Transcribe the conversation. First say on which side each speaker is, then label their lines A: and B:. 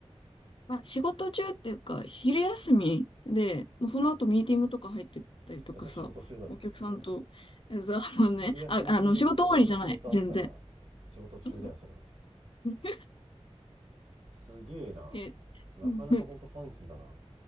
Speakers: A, on the left; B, on the right.
A: まあ、仕事中っていうか、昼休みで、もうその後ミーティングとか入ってったりとかさ、
B: や、それ仕事中だろ。
A: お客さんと、えざあのね、
B: 昼休み中でもその後仕事あったら
A: あ、あの、仕事終わりじゃない、全然。
B: 仕事中だよ、
A: うん
B: それは。
A: <laughs>
B: すげえな。
A: え、
B: なかなかほんとファンキーだな。
A: うん